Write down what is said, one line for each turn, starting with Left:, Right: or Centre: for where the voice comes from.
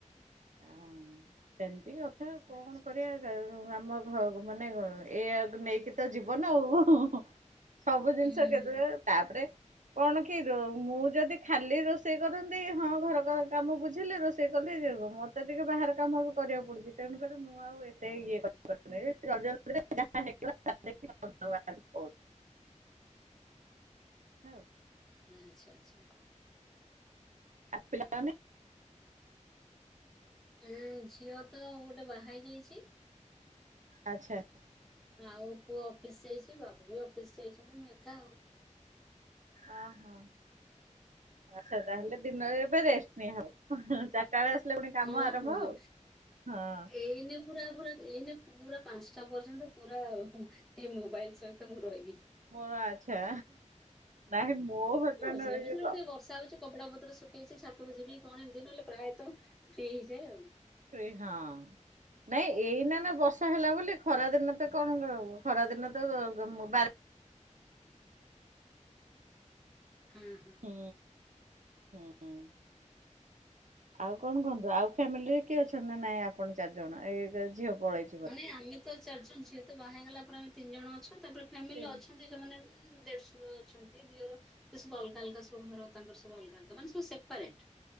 Right: ଆଉ ସେମିତି କଥା ଆଉ କଣ
Centre: ଆଚ୍ଛା
Right: କରିଆ
Centre: ଆଚ୍ଛା।
Right: <unintelligible> ଆମ ଘ ମାନେ ଏଇଆ ନେଇକି ତ ଜୀବନ ଆଉ। ସବୁ ଜିନିଷ
Centre: ହୁଁ
Right: କେ <unintelligible> ତାପରେ କଣ କି ମୁଁ ଯଦି ଖାଲି ରୋଷେଇ କରନ୍ତି ହଁ ଘର ଘର କାମ ବୁଝିଲି ରୋଷେଇ କଲି ଯିବ, ମତେ ଟିକେ ବାହାର କାମ କରିବାକୁ ପଡୁଚି ତେଣୁକରି ମୁଁ ଆଉ ଏତେ ଇଏ କ <unintelligible> ହଁ ଏଇ ରଜରେ ଯାହା ହେଇଗଲା <unintelligible> ଓ। ଆଉ।
Centre: ଆଚ୍ଛା ଆଚ୍ଛା।
Right: ଆ ପିଲାମାନେ?
Centre: ଉଁ ଝିଅ ତ ଗୋଟେ ବାହା ହେଇ ଯାଇଚି।
Right: ଆଚ୍ଛା।
Centre: ଆଉ ପୁଅ ଅଫିସ ଯାଇଚି, ବାବୁ ବି ଅଫିସ ଯାଇଛନ୍ତି, ମୁଁ ଏକା ଆଉ।
Right: ଓହୋ। ଆଚ୍ଛା ତାହେଲେ ଦିନରେ ଏବେ ରେଷ୍ଟ ନେଇ ହବ ଚାରଟା ବେଳେ ଆସିଲେ ପୁଣି କାମ
Centre: ହଁ-ହଁ-ହଁ
Right: ଆରମ୍ଭ ଆଉ ହଁ।
Centre: ଏଇନେ ପୁରା ପୁରା ଏଇନେ ପୁରା ପାଞ୍ଚଟା ପର୍ଯ୍ୟନ୍ତ ପୁରା ଏ ମୋବାଇଲ ସହିତ ମୁଁ ରହିବି।
Right: ଓ ଆଚ୍ଛା ନାଇଁ ମୋ ହଜବେଣ୍ଡ
Centre: ମଝିରେ ମଝିରେ
Right: ଇଏ
Centre: ଟିକେ
Right: ତ
Centre: ବର୍ଷା ହଉଚି କପଡା ପତ୍ର ଶୁଖେଇଚି ଛାତକୁ ଯିବି କଣ ଏମିତି ନହେଲେ ପ୍ରାୟତଃ ଫ୍ରି ହେଇଯାଏ ଆଉ।
Right: ପ୍ରେ ହଁ। ନାଇଁ ଏଇନା ନା ବର୍ଷା ହେଲା ବୋଲି ଖରା ଦିନ ତ କଣ ଖରା ଦିନ ତ ବାର
Centre: ହଁ ହଁ
Right: ହୁଁ ହୁଁ ହୁଁ। ଆଉ କଣ କୁହନ୍ତୁ ଆଉ ଫ୍ୟାମିଲିରେ କିଏ ଅଛନ୍ତି ନା ନାଇଁ ଆପଣ ଚାରିଜଣ ଏ ଝିଅ ପଳେଇଚି।
Centre: ମାନେ ଆମେ ତ ଚାରି ଜଣ ଝିଏ ତ ବାହା ହେଇଗଲା ପରେ ଆମେ ତିନି ଜଣ ଅଛୁ ତାପରେ ଫ୍ୟାମିଲରେ
Right: ତିନି
Centre: ଅଛନ୍ତି। ସେମାନେ ଦେଢ଼ଶୁର ଅଛନ୍ତି ଦିଅର ସେ ସବୁ ଅଲଗା ଅଲଗା ସବୁ ଘର ତାଙ୍କର ସବୁ ଅଲଗା ଅଲଗା ମାନେ ସବୁ ସେପାରେଟ୍।